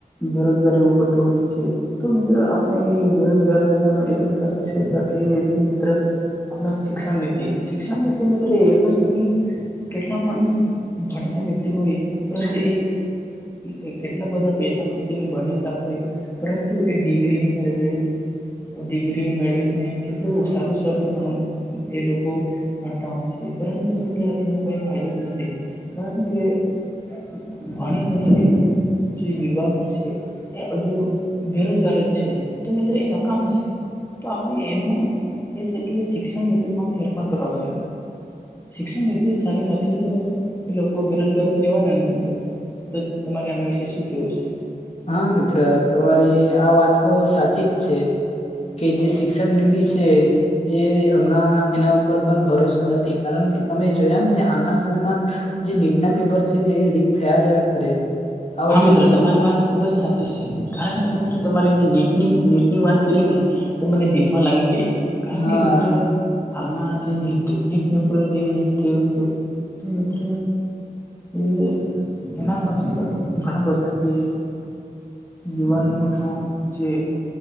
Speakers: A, on the left (about 15°); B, on the left (about 45°).
A: બેરોજગારી ઉપર તો હોય છે તો મિત્ર આપણે એ બેરોજગાર રહેેવાનું એક જ કારણ છે એ મિત્ર આપડા શિક્ષણ નીતિ શિક્ષણ નીતિ મિત્ર એટલું છે કે કેટલા પણ ભણીને વ્ય તી હોય પરંતુ એ કેટલા બધા પૈસા ખર્ચીને ભણેતા હોય પરંતુ એ ડિગ્રીઓ મેળવે ડિગ્રી મેળવીને કેટલું સારું સારું ભણ એ લોકો ભણતા હોય છે પરંતુ મિત્ર એનો કઈ ફાયદો જ નથી કારણ કે કે ઘણી ગણીને પણ જે યુવાનો છે એ હજુ બેરોજગાર જ છે તો મિત્ર એ નકામુ શે તો આપણે એનું એ છે કે શિક્ષણ નીતિમાં ફેરફાર કરવા જોઈએ શિક્ષણ નીતિ જ સારી નથી તો કો બેરોજગારી જ રેવાના ને મિત્ર તો તમારે આના વિશે શું કેવું છે
B: હા મિત્ર તમારી આ વાતહો સાચી જ છે કે જે શિક્ષણ નીતિ છે એ હમણા એના ઉપર પણ ભરોસો નથી કારણ કે તમે જોયા ને હાલના સમયમાં જે નીટના પેપર છે એ લીક થયા જ કરે આ વર્ષે
A: હા મિત્ર તમારી વાત ખુબ જ સાચી છે કારણ તો મિત્ર તમારી જે નીટની નીટ ની વાત કરી ને એ મને દિલમાં લાગી ગઈ કારણ
B: હા
A: કે મિત્રો હાલમાં જે નિટ નિટ પેપર જે લીક થયું હતું તો મિત્ર એ એના પાસે ઘણા બધા જે યુવાનોનો જે